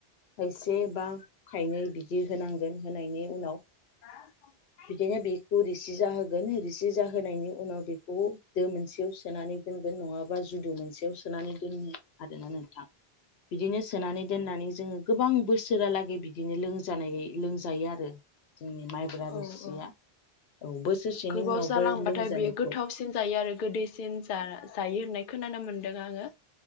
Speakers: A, on the left (about 80°); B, on the left (about 60°).
A: थाइसे बा थाइनै बिदि होनांगोन होनायनि उनाव
B: <unintelligible>
A: बिदिनो बेखौ रिसि जाहोगोन रिसि जाहोनायनि उनाव बेखौ दो मोनसेयाव सोनानै दोनगोन नङाबा जुदु मोनसेयाव सोनानै दोनो आरोना नोंथां।
B: <inaudible>
A: बिदिनो सोनानै दोननानै जोङो गोबां बोसोरालागै बिदिनो लोंजानाय लोंजायो आरो जोंनि माइब्रा
B: औ
A: रोसिया
B: औ
A: औ बोसोरसेनि
B: गोबाव
A: उनावबो
B: जालांबाथाय
A: लोंजानायखौ
B: बियो गोथावसिन जायो आरो गोदै सिन जा जायो होननाय खोनानो मोन्दों आङो।